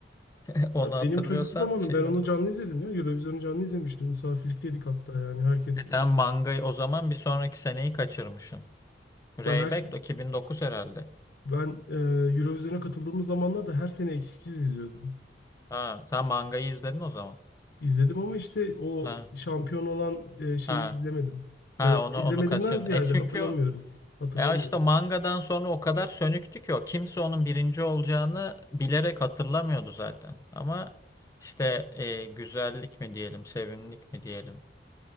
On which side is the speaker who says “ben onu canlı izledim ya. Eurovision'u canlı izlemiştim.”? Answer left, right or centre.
Left